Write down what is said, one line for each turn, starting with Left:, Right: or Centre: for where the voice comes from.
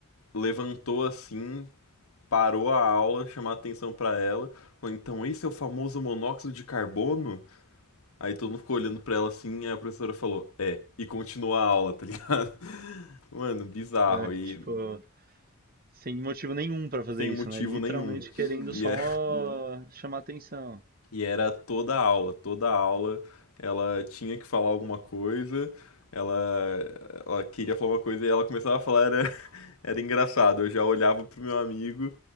Left: levantou assim, parou a aula, chamou a atenção para ela, falou, então esse é o famoso monóxido de carbono? Aí todo mundo ficou olhando pra ela assim, aí a professora falou, é, e continua a aula, <laughs> tá ligado? Mano, bizarro,
Right: É, tipo,
Left: e
Right: sem motivo nenhum pra fazer
Left: sem
Right: isso,
Left: motivo
Right: né? Literalmente
Left: nenhum.
Right: querendo
Left: E,
Right: só
Left: é,
Right: chamar atenção.
Left: e era toda a aula, toda a aula ela tinha que falar alguma coisa, ela, ela queria falar uma coisa e ela começava a falar, era, <laughs> era engraçado. Eu já olhava pro meu amigo